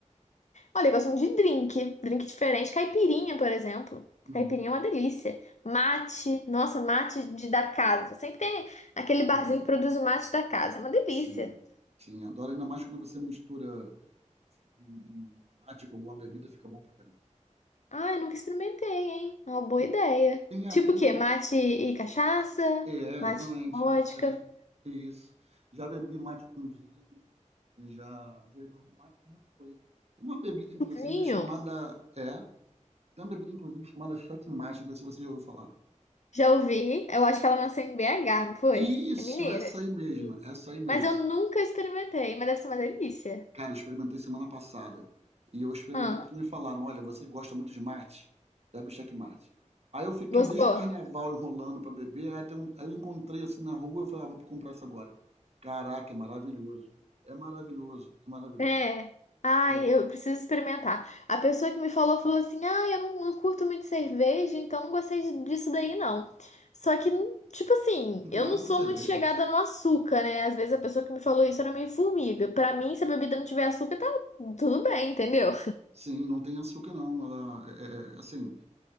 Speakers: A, on the left; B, on the right.
A: Olha, eu gosto muito de drink. Drink diferente. Caipirinha, por exemplo.
B: Hum,
A: Caipirinha é uma delícia. Mate. Nossa, mate de, da casa. Sempre tem aquele barzinho
B: adoro.
A: que produz o mate da casa. É uma delícia.
B: Sim, sim, adoro. Ainda mais quando você mistura um um mate com alguma bebida fica bom pra caramba.
A: Ah, eu nunca experimentei, hein? É uma boa
B: Tem,
A: ideia.
B: tem, a-
A: Tipo
B: tem
A: o
B: uma.
A: quê? Mate e cachaça?
B: É, exatamente.
A: Mate e vodka?
B: É, é isso. Já bebi mate com gin, já, já bebi um mate com muita coisa. Tem uma bebida, inclusive,
A: Vinho?
B: chamada. É, tem uma bebida, inclusive, chamada checkmate, não sei se você já ouviu falar.
A: Já ouvi, eu acho que ela nasceu em BH, não foi?
B: Isso,
A: É mineira.
B: essa
A: Isso,
B: aí mesmo, essa aí mesmo.
A: Mas eu nunca experimentei, mas deve ser uma delícia.
B: Cara, eu experimentei semana passada. E eu experimentei
A: Ah,
B: porque me falaram: olha, você gosta muito de mate? Bebe checkmate. Aí eu fiquei
A: gostou?
B: desde o carnaval enrolando pra beber. Aí, tem um- aí eu encontrei assim na rua. Eu falei: ah, vou comprar isso agora. Caraca, é maravilhoso. É maravilhoso. É maravilhoso.
A: É. Ai,
B: É,
A: eu preciso experimentar. A pessoa que me falou falou assim: ah, eu não, não curto muito cerveja, então não gostei de- disso daí, não. Só que, tipo assim,
B: não tem
A: eu
B: nada
A: não
B: a ver
A: sou
B: com cerveja.
A: muito chegada no açúcar, né? Às vezes a pessoa que me falou isso era meio formiga. Pra mim, se a bebida não tiver açúcar, tá tudo bem, entendeu?
B: Sim, não tem açúcar, não. Ela é, é, é, assim,